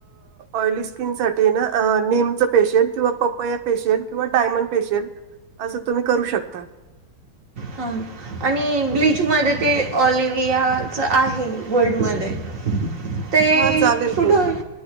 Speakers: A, on the right (about 80°); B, on the right (about 45°).
A: ऑयली स्किन साठी ना फेशिल किंवा पपया फेशिल किंवा डायमंड फेशिल असं तुम्ही करू शकता.
B: हा आणि
A: हं.
B: ब्लीच मध्ये ते ऑलिव्हयाच आहे वर्ल्डमध्ये ते
A: हा चालेल
B: सुट
A: ना.
B: होईल